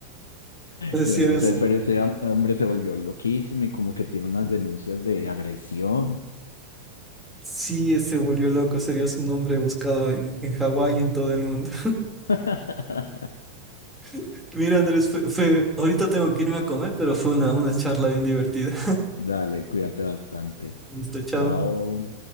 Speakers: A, in the centre; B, on the left (about 70°).
A: Es
B: Yo
A: si
B: no
A: eres
B: sé, pero ese hom- hombre se volvió loquísimo y como que tiene unas denuncias de agresión.
A: sí, se volvió loco, serías un hombre buscado en, en Hawái y en todo el mundo.
B: <laughs>
A: <laughs> Mira, Andrés, fue, fue, ahorita tengo que irme a comer, pero fue una, una charla bien divertida.
B: Dale, cuídate bastante.
A: <laughs> Listo, chao.
B: Chao.